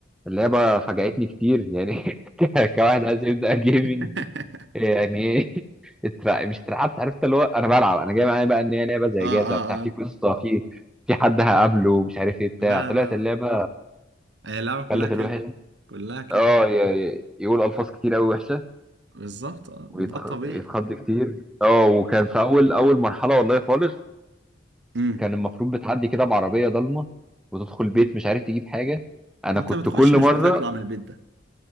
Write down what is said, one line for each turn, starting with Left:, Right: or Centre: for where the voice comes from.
Centre: اللعبه فاجأتني كتير يعني <laughs> ك- كواحد عايز يبدأ جيمنج
Right: <laughs>
Centre: يعني <laughs> اترع- مش اترعبت عرفت اللي هو انا بلعب انا جاي معايا بقى ان هي لعبه زي
Right: اه
Centre: جاتا
Right: اه
Centre: بتاع في
Right: اه
Centre: قصه في في حد هقابله مش عارف ايه بتاع
Right: لا
Centre: طلعت
Right: لا لا.
Centre: اللعبه
Right: هي اللعبة كلها
Centre: خلت
Right: كده
Centre: الواحد
Right: كلها كده
Centre: اه ي- ي- يقول الفاظ كتير قوي وحشه
Right: بالظبط اه
Centre: ويتخض
Right: ده الطبيعي
Centre: كتير اه وكان في اول اول مرحله والله خالص
Right: امم
Centre: كان المفروض بتعدي كده بعربيه ضلمه وتدخل بيت مش عارف تجيب حاجه انا
Right: انت
Centre: كنت
Right: بتخش
Centre: كل
Right: مش
Centre: مره
Right: بتطلع من البيت ده